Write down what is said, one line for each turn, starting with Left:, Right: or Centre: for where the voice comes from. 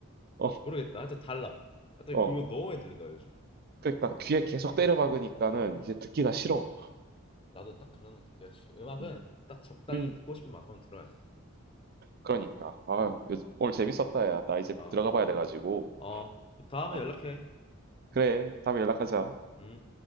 Right: 어,
Left: 모르겠다. 하여튼 달라. 하여튼
Right: 어.
Left: 그건 너무 많이 들리다 요즘.
Right: 그러니까 귀에 계속 때려박으니까는 이제 듣기가 싫어.
Left: 나도 딱 그런 느낌. 역시 음악은
Right: 음,
Left: 딱 적당히
Right: 음,
Left: 듣고 싶은 만큼 들어야 돼.
Right: 그러니까. 아유, 요즘- 오늘 재밌었다, 야. 나 이제
Left: 어,
Right: 들어가 봐야 돼가지고.
Left: 어, 그 다음에
Right: 아,
Left: 연락해.
Right: 그래. 다음에 연락하자.
Left: 음.